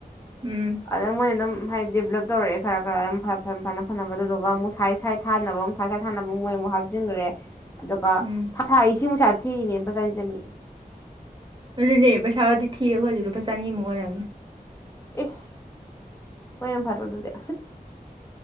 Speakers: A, on the right; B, on the left.
A: ꯎꯝ
B: ꯑꯗꯨꯝ ꯃꯣꯏꯅꯗꯨꯝ ꯍꯥꯏꯗꯤ ꯗꯤꯕꯂꯞ ꯇꯧꯔꯦꯑꯦ ꯈꯔ ꯈꯔ ꯗꯨꯝ ꯐ ꯐꯝ ꯐꯅ ꯐꯅꯕ ꯗꯨꯗꯨꯒ ꯑꯃꯨꯛ ꯁꯥꯏꯠ ꯁꯥꯏꯠ ꯊꯥꯅꯕ ꯑꯃꯨꯛ ꯁꯥꯏꯠ ꯁꯥꯏꯠ ꯊꯥꯅꯕ ꯃꯨꯛ ꯃꯣꯏ ꯃꯨꯛ ꯍꯥꯞꯆꯤꯟꯒꯔꯦ ꯑꯗꯨꯒ
A: ꯎꯝ
B: <unintelligible>
A: ꯑꯗꯨꯅꯦ ꯄꯩꯁꯥꯕꯨꯗꯤ ꯊꯤꯌꯦ ꯑꯩꯈꯣꯏꯖꯨ ꯂꯨꯄꯥ ꯆꯅꯤꯃꯨꯛ ꯑꯣꯏꯔꯝꯑꯅꯤ
B: ꯏꯁ ꯍꯣꯏ ꯌꯥꯝ ꯐꯗ꯭ꯔꯣ ꯑꯗꯨꯗꯤ